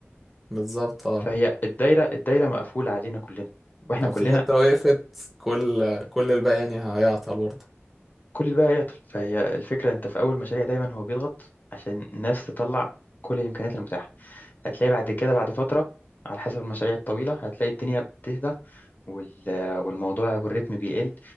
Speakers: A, in the centre; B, on the left.
A: بالظبط اه
B: فهي الدايره الدايره مقفوله علينا كلنا
A: لو
B: واحنا كلنا
A: في حتة وقفت كل كل الباقي يعني هيعطل برضه
B: كل الباقي هيعطل فهي الفكره انت في اول مشاريع دايما هو بيضغط عشان الناس تطلع كل الامكانيات المتاحه هتلاقي بعد كده بعد فتره على حسب المشاريع الطويله هتلاقي الدنيا بتهدى وال- والموضوع والريتم بيقل